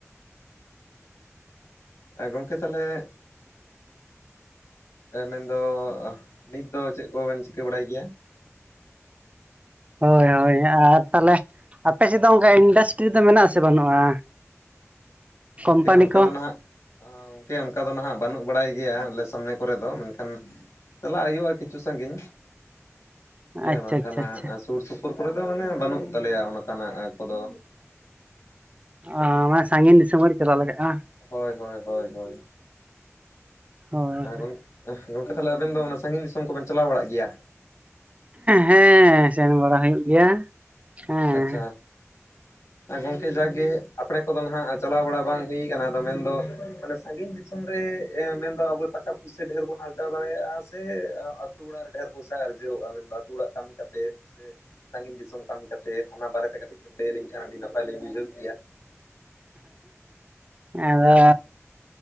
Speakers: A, on the left; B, on the right.
A: <inaudible> ᱜᱚᱝᱠᱮ ᱛᱟᱦᱚᱞᱮ ᱮ ᱢᱮᱱ ᱫᱚ ᱱᱤᱛ ᱫᱚ ᱪᱮᱫ ᱠᱚᱵᱮᱱ ᱪᱤᱠᱟᱹ ᱵᱟᱲᱟᱭ ᱜᱮᱭᱟ?
B: ᱦᱳᱭ ᱦᱳᱭ ᱟᱨ ᱛᱟᱦᱚᱞᱮ ᱟᱯᱮ ᱥᱮᱫ ᱫᱚ ᱚᱱᱠᱟ ᱤᱱᱰᱟᱥᱴᱨᱤ ᱫᱚ ᱢᱮᱱᱟᱜ ᱟᱥᱮ ᱵᱟᱹᱱᱩᱜᱼᱟ
A: ᱜᱚᱝᱠᱮ
B: ᱠᱳᱢᱯᱟᱱᱤ
A: ᱚᱱᱠᱟ
B: ᱠᱚ
A: ᱫᱚ ᱱᱟᱦᱟᱜ ᱚᱻ ᱠᱮ ᱚᱱᱠᱟ ᱫᱚ ᱱᱟᱦᱟᱸᱜ ᱵᱟᱹᱱᱩᱜ ᱵᱟᱲᱟᱭ ᱜᱮᱭᱟ ᱟᱞᱮ ᱥᱟᱢᱱᱮ ᱠᱚᱨᱮ ᱫᱚ, ᱢᱮᱱᱠᱷᱟᱱ ᱪᱟᱞᱟᱜ ᱦᱩᱭᱩᱜᱼᱟ ᱠᱤᱪᱷᱩ ᱥᱟᱺᱜᱤᱧ,
B: ᱟᱪᱪᱷᱟ
A: ᱦᱮᱸ ᱵᱟᱝᱠᱷᱟᱱ
B: ᱟᱪᱪᱷᱟ
A: ᱦᱟᱸᱜ
B: ᱟᱪᱪᱷᱟ
A: ᱟᱥ ᱥᱩᱨᱼᱥᱩᱯᱩᱨ ᱠᱚᱨᱮ ᱫᱚ ᱢᱟᱱᱮ ᱵᱟᱹᱱᱩᱜ ᱛᱟᱞᱮᱭᱟ ᱚᱱᱠᱟᱱᱟᱜ ᱠᱚᱫᱚ᱾
B: ᱚᱸ ᱢᱟᱱᱮ ᱥᱟᱺᱜᱤᱧ ᱫᱤᱥᱚᱢ ᱦᱟᱨᱤᱡ ᱪᱟᱞᱟᱜ ᱞᱟᱜᱟᱜᱼᱟ?
A: ᱦᱳᱭ ᱦᱳᱭ ᱦᱳᱭ ᱦᱳᱭ,
B: ᱦᱳᱭ
A: ᱮ ᱜᱚᱝ ᱜᱚᱝᱠᱮ ᱛᱟᱦᱚᱞᱮ ᱟᱵᱮᱱ ᱫᱚ ᱚᱱᱟ ᱥᱟᱺᱜᱤᱧ ᱫᱤᱥᱚᱢ ᱠᱚ ᱵᱮᱱ ᱪᱞᱟᱣ ᱵᱟᱲᱟᱜ ᱜᱮᱭᱟ?
B: ᱦᱮᱸ ᱥᱮᱱ ᱵᱟᱲᱟ ᱦᱩᱭᱩᱜ ᱜᱮᱭᱟ᱾ ᱦᱮᱸ
A: ᱟᱪᱷᱟ ᱜᱚᱢᱠᱮ ᱡᱟᱜ ᱜᱮ ᱟᱯᱲᱮ ᱠᱚᱫᱚ ᱱᱟᱦᱟᱜ ᱪᱟᱞᱟᱣ ᱵᱟᱲᱟ ᱵᱟᱝ ᱦᱩᱭ ᱠᱟᱱᱟ ᱟᱫᱚ ᱢᱮᱱᱫᱚ ᱢᱟᱱᱮ ᱥᱟᱺᱜᱤᱧ ᱫᱤᱥᱚᱢ ᱨᱮ ᱮ ᱢᱮᱱᱫᱚ ᱟᱵᱚ ᱴᱟᱠᱟ ᱯᱩ ᱥᱮ ᱰᱷᱮᱨ ᱵᱚᱱ ᱟᱨᱡᱟᱣ ᱫᱟᱲᱮᱭᱟᱜᱼᱟ ᱥᱮ ᱟ-ᱟᱛᱩ ᱚᱲᱟᱜ ᱨᱮ ᱰᱷᱮᱨ ᱯᱚᱭᱥᱟ ᱟᱨᱡᱟᱣᱼᱟ ᱢᱮᱱᱫᱟ ᱟᱹᱛᱩ ᱚᱲᱟᱜ ᱠᱟᱹᱢᱤ ᱠᱟᱛᱮ ᱥᱮ ᱥᱟᱺᱜᱤᱧ ᱫᱤᱥᱚᱢ ᱠᱟᱹᱢᱤ ᱠᱟᱛᱮ ᱛᱮ ᱚᱱᱟ ᱵᱟᱨᱮ ᱛᱮ ᱠᱟᱹᱴᱤᱡ ᱵᱤᱱ ᱞᱟᱹᱭ ᱞᱤᱧ ᱠᱷᱟᱱ ᱟᱹᱰᱤ ᱱᱟᱯᱟᱭ ᱞᱤᱧ ᱵᱩᱡᱷᱟᱹᱣ ᱠᱮᱭᱟ᱾
B: ᱟᱫᱚ